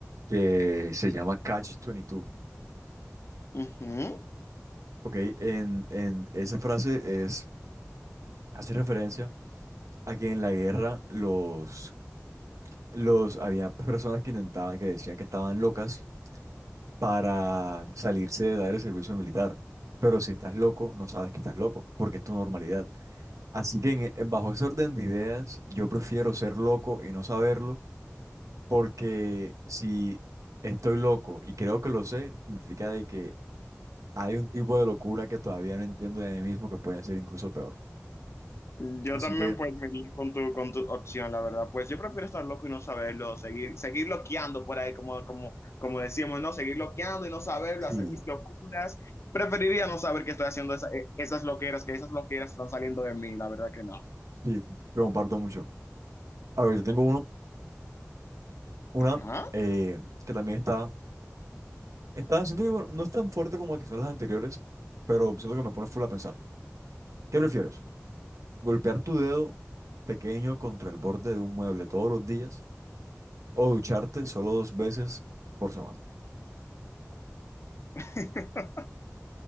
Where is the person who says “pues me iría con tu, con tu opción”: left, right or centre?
Left